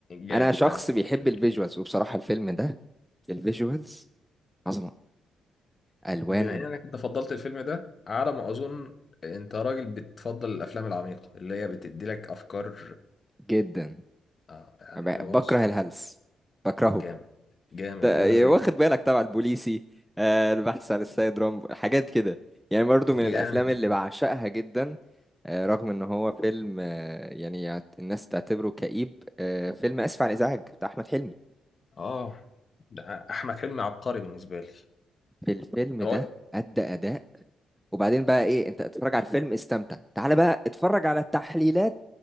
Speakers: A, on the left; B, in the centre.
A: جامد
B: أنا شخص
A: تمام
B: بيحب
A: مش مشاكل
B: الفيجوالز وبصراحة الفيلم ده الفيجوالز عظمة ألوان
A: بما انك انت فضلت الفيلم ده على ما اظن انت راجل بتفضل الافلام العميقه اللي هي بتدي لك افكار
B: جدا
A: آه يعني
B: ب-
A: اللي هو
B: بكره
A: بص
B: الهلس بكرهه
A: جامد جامد
B: ده
A: وانا زي
B: واخد بالك طبعا البوليسي آه البحث عن السيد رامبو حاجات كده يعني برضو من
A: جامد
B: الافلام اللي بعشقها جدا آه رغم ان هو فيلم آه يعني يعت- الناس تعتبره كئيب آه فيلم اسف على الازعاج بتاع احمد حلمي
A: اه ده احمد حلمي عبقري بالنسبه لي
B: في الفيلم
A: أنا
B: ده
A: بقول
B: ادى اداء وبعدين بقى ايه انت اتفرج على الفيلم استمتع تعال بقى اتفرج على تحليلات